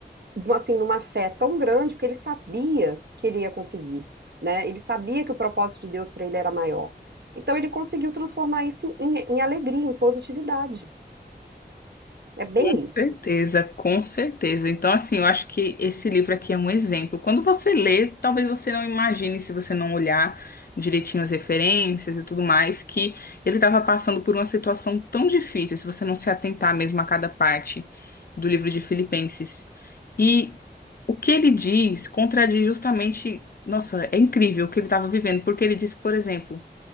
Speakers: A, on the right; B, on the left.
A: assim, numa fé tão grande que ele sabia que ele ia conseguir, né? Ele sabia que o propósito de Deus para ele era maior. Então ele conseguiu transformar isso em, em alegria, em positividade. É bem
B: Com certeza,
A: isso,
B: com certeza. Então, assim, eu acho que esse livro aqui é um exemplo. Quando você lê, talvez você não imagine, se você não olhar direitinho as referências e tudo mais, que ele estava passando por uma situação tão difícil, se você não se atentar mesmo a cada parte do livro de Filipenses. E o que ele diz contradiz justamente, nossa, é incrível o que ele estava vivendo, porque ele diz, por exemplo,